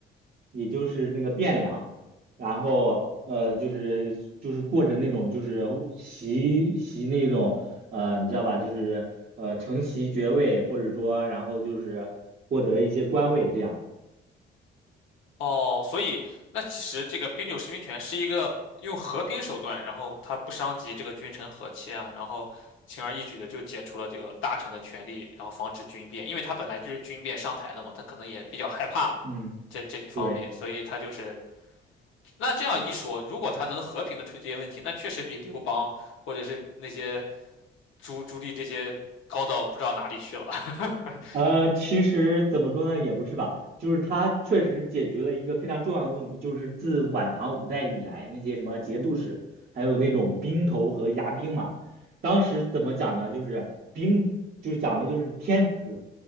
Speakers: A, on the right (about 45°); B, on the left (about 80°).
A: 也就是那个汴梁。然后呃，就是就是过着那种就是习习那种呃，你知道吧？就是呃，承袭爵位，或者说然后就是获得一些官位这样。
B: 哦，所以那其实这个冰九施兵权是一个用和平手段，然后他不伤及这个君臣和气啊，然后轻而易举的就解除了这个大臣的权力，然后防止军变，因为他本来就是军变上台的嘛，他可能也比较害怕。
A: 嗯，
B: 这这一方面，
A: 对。
B: 所以他就是那这样一说，如果他能和平的处理这些问题，那确实比刘邦或者是那些朱朱棣这些高到不知道哪里去了。<laughs>
A: 呃，其实怎么说呢，也不是吧，就是它确实解决了一个非常重要的问题，就是自晚唐五代以来，那些什么节度使，还有那种兵头和牙兵嘛，当时怎么讲呢？就是兵，就是讲的就是天子